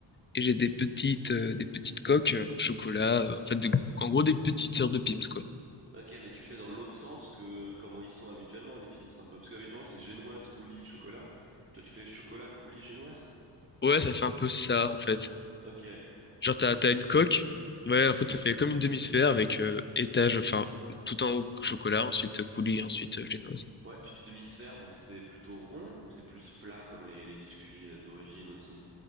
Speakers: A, on the left; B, on the right.
A: et j'ai des petites, euh, des petites coques euh, au chocolat, euh, en fait, des- en gros des petites sœurs de Pim's, quoi.
B: Ok, mais tu le fais dans l'autre sens que comment ils sont habituellement, les pims, un peu. Parce que habituellement, c'est génoise, coulis, chocolat. Toi, tu fais chocolat, coulis, génoise?
A: Ouais, ça fait un peu ça, en fait.
B: Ok.
A: Genre, t'as,
B: Mais-
A: t'as une coque, ouais, en fait, ça fait comme une demi-sphère avec euh, étage, enfin, tout en haut chocolat, ensuite euh, coulis, ensuite euh, génoise.
B: Ouais, tu dis demi-sphère, donc c'est plutôt rond ou c'est plus plat comme les, les biscuits euh, d'origine aussi?